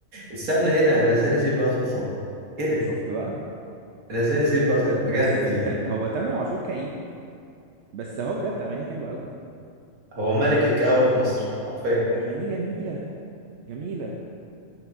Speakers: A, on the right (about 90°); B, on the right (about 65°).
A: استنى ايه ده انا ازاي نسيب بقى سلطان ايه ده
B: شفت بقى
A: انا ازاي نسيب بقى
B: ب
A: سلطان بجد
B: بس تا
A: يعني
B: هو تامر عاشور كئيب بس هو بجد اغانيه حلوه قوي
A: هو ملك الكآبة في مصر حرفيا
B: اغانيه جميله جميله